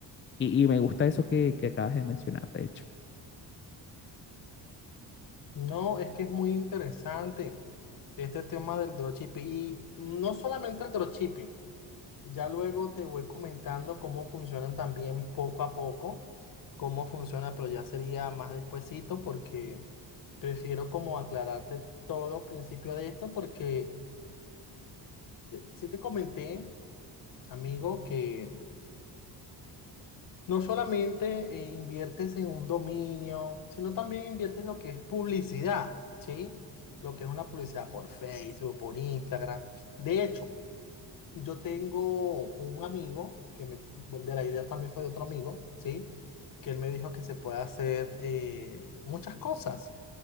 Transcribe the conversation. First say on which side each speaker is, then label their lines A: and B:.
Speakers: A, on the left; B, on the left.
A: Y, y me gusta eso que, que acabas de mencionar, de hecho.
B: No, es que es muy interesante este tema del dropshipping y no solamente el dropshipping. Ya luego te voy comentando cómo funcionan también poco a poco, cómo funciona, pero ya sería más despuesito porque prefiero como aclararte todo al principio de esto porque si te comenté, amigo, que No solamente eh, inviertes en un dominio, sino también inviertes lo que es publicidad, ¿sí? Lo que es una publicidad por Facebook, por Instagram. De hecho, yo tengo un amigo, que me, de la idea también fue de otro amigo, ¿sí? Que él me dijo que se puede hacer eh, muchas cosas.